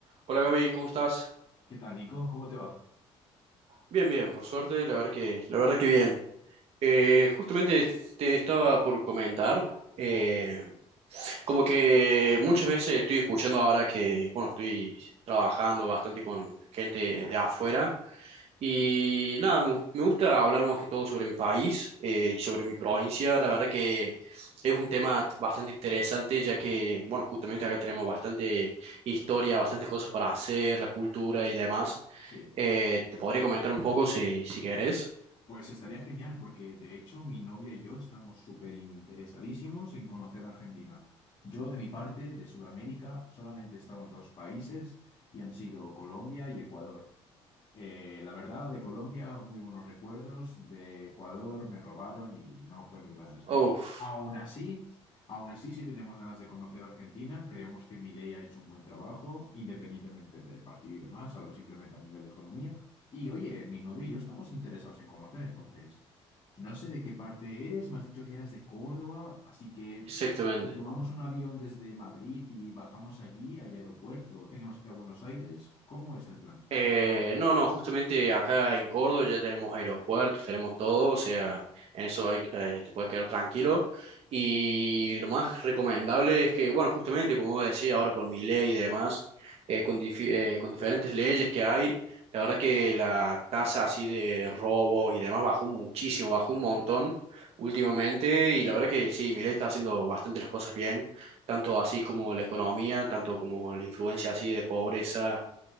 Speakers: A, on the right (about 60°); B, on the left (about 40°).
A: Hola Gaby, ¿cómo estás?
B: ¿Qué tal, Nico? ¿Cómo te va?
A: Bien, bien, por suerte, la verdad que, la verdad que bien. Eh, justamente te estaba por comentar, eh, como que muchas veces estoy escuchando ahora que, bueno, estoy trabajando bastante con gente de afuera. Y nada, me, gust- me gusta hablar más que todo sobre mi país eh, y sobre mi provincia. La verdad que es un tema t- bastante interesante, ya que, bueno, justamente acá tenemos bastante historia, bastantes cosas para hacer, la cultura y demás.
B: Sí.
A: Eh, te podría comentar un poco si, si querés.
B: Pues estaría genial porque de hecho mi novia y yo estamos súper interesadísimos en conocer Argentina. Yo de mi parte, de Sudamérica, solamente he estado en dos países y han sido Colombia y Ecuador. Eh, la verdad, de Colombia, muy buenos recuerdos. De Ecuador me robaron y no fue muy buena la experiencia.
A: Uf,
B: Aún así, aún así, sí tenemos ganas de conocer Argentina. Creemos que Milei ha hecho un buen trabajo, independientemente del partido y demás, hablo simplemente a nivel de economía. Y oye, mi novio y yo estamos interesados en conocer, entonces, no sé de qué parte eres, me has dicho que eras de Córdoba, así que
A: exactamente.
B: si tomamos un avión desde Madrid y bajamos allí, al aeropuerto, tenemos que ir a Buenos Aires, ¿cómo es el plan?
A: Eh, no, no, justamente acá en Córdoba ya tenemos aeropuertos, tenemos todo, o sea, en eso hay- eh, te puedes quedar tranquilo. Y lo más recomendable es que, bueno, justamente como decía ahora con mi ley y demás, eh, con, difi- eh, con diferentes leyes que hay, la verdad que la tasa así de robos y demás bajó muchísimo, bajó un montón últimamente y la verdad que sí, mi ley está haciendo bastante las cosas bien, tanto así como la economía, tanto como la influencia así de pobreza